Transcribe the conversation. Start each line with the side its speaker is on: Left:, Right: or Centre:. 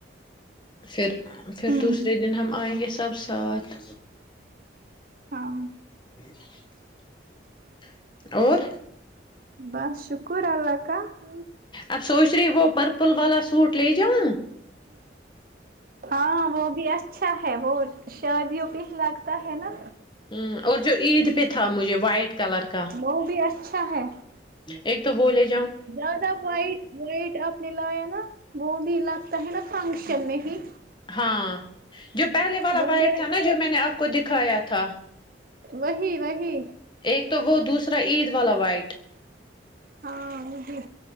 Left: پھر
Right: ہوں
Left: پھر دوسرے دن ہم آئیں گے سب ساتھ
Right: ہاں
Left: <unintelligible> اور
Right: بس شکر اللہ <unintelligible>
Left: اب سوچ رہی وہ پرپل والا سوٹ لے جاؤ
Right: ہ ہاں وہ بھی اچھا ہے وہ شادیوں پہ لگتا ہے نا
Left: ہ اور جو عید پہ تھا مجھے وائٹ کلر کا
Right: مئ بھی ہے اچھا ہے
Left: ایک تو بولے
Right: زیادہ وائٹ وائٹ آپ نے لایا ہے نا وہ بھی لگتا ہے نا فشمی ہی
Left: ہاں جو پہلے والا
Right: وہ
Left: وائٹ
Right: بھی اچ-
Left: تھا نا جو میں نے آپ کو دکھایا تھا تھا
Right: وہی وہی
Left: ایک تو وہ دوسرا عید والا وائٹ
Right: ہاں وہی